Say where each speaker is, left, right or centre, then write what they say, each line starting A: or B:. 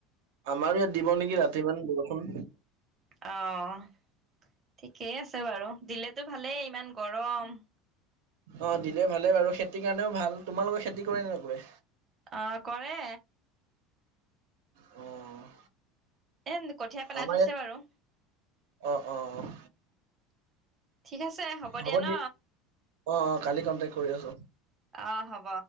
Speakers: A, on the right; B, on the right.
A: আমাৰ ইয়াত দিব নেকি ৰাতি মান বৰষুন।
B: অ'। ঠিকেই আছে বাৰু দিলেতো ভালেই ইমান গৰম।
A: অ, দিলে ভালে বাৰু খেতিৰ কাৰণেও ভাল তোমালোকে খেতি কৰে নে নকৰে?
B: অ', কৰে।
A: অ'।
B: এ, কঠীয়া পেলাই
A: আমাৰ
B: থৈছে
A: ইয়াত
B: বাৰু।
A: অ', অ', অ'।
B: ঠিক আছে
A: হ'ব
B: দিয়া ন
A: দিয় অ', অ' কালি কন্টেক্ট কৰি আছোঁ।
B: অ', হব।